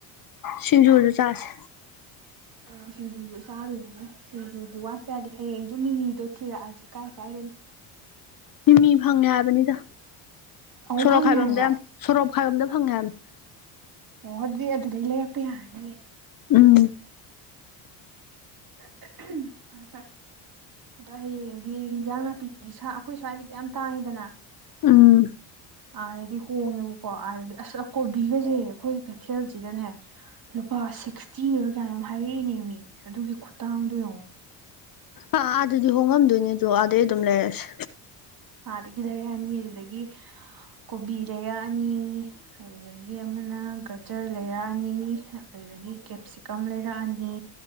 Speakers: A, on the left; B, on the right.
A: ꯁꯤꯡꯖꯨꯗ ꯆꯥꯁꯦ
B: ꯎ ꯁꯤꯡꯖꯨ ꯆꯥꯗꯨꯅꯤꯅꯦ ꯁꯤꯖꯗꯤ ꯋꯥꯠꯄ ꯌꯥꯗꯤ ꯍꯌꯦꯡꯁꯨ ꯅꯤꯅꯤꯗꯣ ꯊꯤꯔꯛꯑꯁꯤ ꯀꯥꯏ ꯀꯥꯏꯗꯅꯣ
A: ꯃꯤꯃꯤ ꯐꯪꯉꯦ ꯍꯥꯏꯕꯅꯤꯗ
B: ꯑꯃꯨꯛ
A: ꯁꯣꯔꯣꯛꯞ
B: ꯐꯪꯉꯦ
A: ꯈꯥꯏꯕꯝꯗ
B: ꯍꯥꯏꯕ꯭ꯔꯣ
A: ꯁꯣꯔꯣꯛꯞ ꯈꯥꯏꯕꯝꯗ ꯐꯪꯉꯦ ꯍꯥꯏꯕꯅꯤ
B: ꯑꯣ ꯑꯗꯨꯗꯤ ꯑꯗꯨꯗꯩ ꯂꯩꯔꯛꯄ ꯌꯥꯔꯅꯤꯌꯦ
A: ꯎꯝ
B: ꯐꯔ ꯐꯔ ꯑꯗꯣ ꯍꯌꯦꯡꯗꯤ ꯍꯟꯖꯥꯡ ꯅꯥꯄꯤꯗꯨꯗꯤ ꯁꯥ ꯑꯩꯈꯣꯏ ꯁ꯭ꯋꯥꯏꯗꯗꯤ ꯌꯥꯝ ꯇꯥꯡꯉꯤꯗꯅ
A: ꯎꯝ
B: ꯑꯥꯗꯗꯤ ꯍꯣꯡꯉꯦꯕꯀꯣ ꯑꯥꯗꯗꯤ ꯑꯁ ꯀꯣꯕꯤꯒꯁꯦ ꯑꯩꯈꯣꯏ ꯀꯩꯊꯦꯜꯁꯤꯗꯅꯦ ꯂꯨꯄꯥ ꯁꯤꯛꯁꯇꯤꯔꯥ ꯀꯩꯅꯣꯝꯃꯥ ꯍꯥꯏꯔꯛꯏꯅꯦ ꯃꯤ ꯑꯗꯨꯒꯤ ꯈꯨꯇꯥꯪꯗꯣ ꯌꯦꯡꯉꯣ
A: ꯑ ꯑꯥ ꯑꯗꯨꯗꯤ ꯍꯣꯡꯉꯝꯗꯣꯏꯅꯤꯗꯣ ꯑꯥꯗꯩ ꯑꯗꯨꯝ ꯂꯩꯔꯁꯦ
B: ꯑꯗꯒꯤ ꯂꯩꯔꯛꯑꯅꯤ ꯑꯗꯨꯗꯒꯤ ꯀꯣꯕꯤ ꯂꯩꯔꯛꯑꯅꯤ ꯑꯗꯨꯗꯒꯤ ꯑꯃꯅ ꯒꯖꯔ ꯂꯩꯔꯥꯅꯤ ꯑꯗꯨꯗꯒꯤ ꯀꯦꯞ ꯁꯤꯀꯝ ꯂꯩꯔꯛꯑꯅꯤ